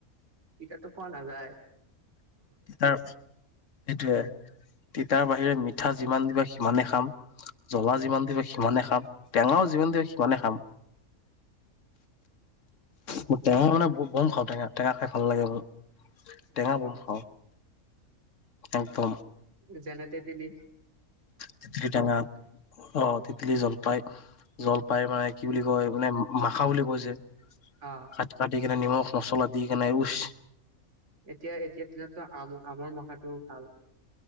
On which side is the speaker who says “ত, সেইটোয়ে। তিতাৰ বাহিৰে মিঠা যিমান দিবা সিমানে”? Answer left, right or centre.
Left